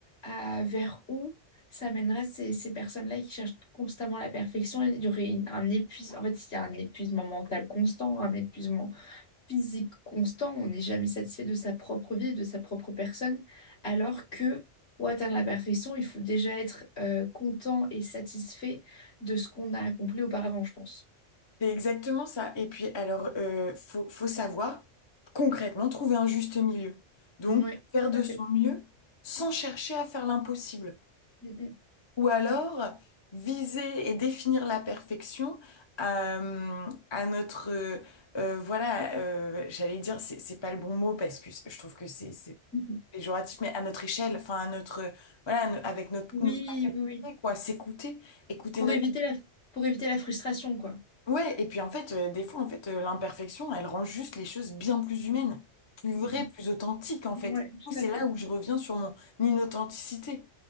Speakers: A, on the left; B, on the left.
A: euh, vers où ça mènera ces, ces personnes-là qui cherchent constamment la perfection? Il y aurait une- un épuisement. En fait, il y a un épuisement mental constant, un épuisement physique constant. On n'est jamais satisfait de sa propre vie, de sa propre personne. Alors que pour atteindre la perfection, il faut déjà être euh, content et satisfait de ce qu'on a accompli auparavant, je pense.
B: C'est exactement ça. Et puis, alors, euh, faut, faut savoir concrètement trouver un juste milieu. Donc,
A: Oui,
B: faire de
A: tout à fait.
B: son mieux sans chercher à faire l'impossible.
A: Mm,
B: Ou alors viser et définir la perfection euh, à, notre euh, euh, voilà euh, j'allais dire c'est c'est pas le bon mot parce que je trouve que c'est c'est
A: mm.
B: péjoratif mais à notre échelle enfin à notre voilà à no- avec notre
A: Oui,
B: nos-
A: oui, oui.
B: quoi s'écouter écouter
A: Pour
B: notre
A: éviter la, pour éviter la frustration, quoi.
B: Ouais, et puis en fait, euh, des fois, en fait, euh, l'imperfection, elle rend juste les choses bien plus humaines, plus
A: Mm.
B: vraies, plus authentiques, en fait.
A: Ouais,
B: Et du
A: tout
B: coup, c'est
A: à fait.
B: là où je reviens sur mon inauthenticité.